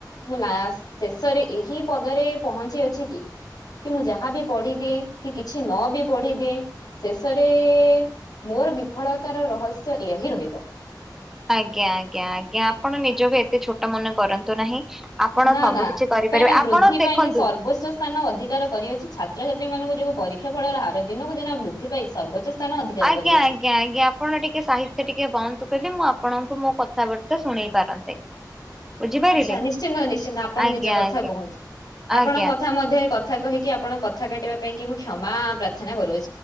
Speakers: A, on the left (about 55°); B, in the centre.
A: ମୁଁ ଲାଷ୍ଟ ଶେଷରେ ଏହି ପଦରେ ପହଞ୍ଚି ଅଛି କି କି ମୁଁ ଯାହାବି ପଢିଦିଏ, କି କିଛି ନ ବି ପଢିଦିଏ ଶେଷରେ ମୋର ବିଫଳତାର ରହସ୍ୟ ଏହା ହିଁ ରହିବ।
B: ଆଜ୍ଞା ଆଜ୍ଞା ଆଜ୍ଞା। ଆପଣ ନିଜକୁ ଏତେ ଛୋଟ ମନେ କରନ୍ତୁ ନାହିଁ ଆପଣ
A: ନା
B: ସବୁ
A: ନା
B: କିଛି କରିପାରିବେ
A: କାଇଁନା ବୃଦ୍ଧି
B: ଆପଣ
A: ପାଇଁକି
B: ଦେଖନ୍ତୁ
A: ସର୍ବୋଚ୍ଚ ସ୍ଥାନ ଅଧିକାର କରିଅଛି, ଛାତ୍ରଛାତ୍ରୀ ମାନଙ୍କ ଯୋଗୁଁ ପରୀକ୍ଷା ଫଳର ହାର ଦିନକୁ ଦିନ ବୃଦ୍ଧି ପାଇ ସର୍ବୋଚ୍ଚ ସ୍ଥାନ ଅଧିକାର
B: ଆଜ୍ଞା
A: କରିଅଛି
B: ଆଜ୍ଞା ଆଜ୍ଞା। ଆପଣ ଟିକେ ସାହିତ୍ୟ ଟିକେ ବନ୍ଦ କଲେ ମୁଁ ଆପ ପଣଙ୍କୁ ମୋ କଥାବାର୍ତ୍ତା ଶୁଣେଇ ପାରନ୍ତେ। ବୁଝିପାରିଲେ
A: ଆଚ୍ଛା ନିଶ୍ଚିନ୍ତ ନିଶ୍ଚିନ୍ତ ଆପଣ
B: ଆଜ୍ଞା
A: ନିଜ କଥା
B: ଆଜ୍ଞା
A: କୁହନ୍ତୁ। ଆପଣଙ୍କ
B: ଆଜ୍ଞା।
A: କଥା ମଧ୍ୟରେ କଥା କହିକି ଆପଣଙ୍କ କଥା କାଟିବା ପାଇଁ କି ମୁଁ କ୍ଷମା ପ୍ରାର୍ଥନା କରୁଅଛି।